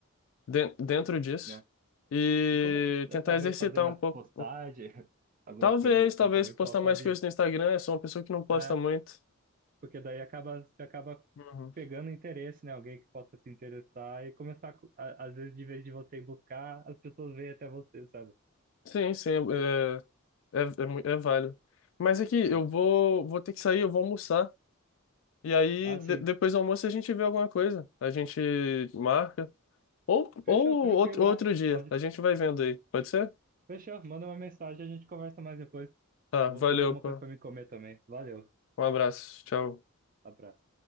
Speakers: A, on the left; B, on the right.
A: den- dentro disso
B: né?
A: e
B: E como eh,
A: tentar
B: talvez
A: exercitar
B: fazer mais
A: um pouco.
B: postagem, <laughs> algumas
A: Talvez,
B: coisas assim
A: talvez
B: também
A: postar
B: po- pode,
A: mais coisas no Instagram. Eu sou uma pessoa que não posta
B: é,
A: muito.
B: porque daí acaba, você acaba
A: Uhum.
B: pegando interesse, né? Alguém que possa se interessar e começar, a co- a- às vezes, de vez de você ir buscar, as pessoas vêm até você, sabe?
A: Sim, sim, é, é, é, mu- é válido. Mas aqui, eu
B: É.
A: vou, vou ter que sair, eu vou almoçar. E aí,
B: Ah,
A: de-
B: sim.
A: depois do almoço, a gente vê alguma coisa. A gente marca. Ou,
B: Fechou,
A: ou
B: tranquilo,
A: outro, outro
B: é.
A: dia.
B: Pode.
A: A gente vai vendo aí. Pode ser?
B: Fechou, manda uma mensagem, a gente conversa mais depois.
A: Tá,
B: Vou
A: valeu,
B: fazer alguma
A: pô.
B: coisa para me comer também. Valeu,
A: Um abraço. Tchau.
B: abraço.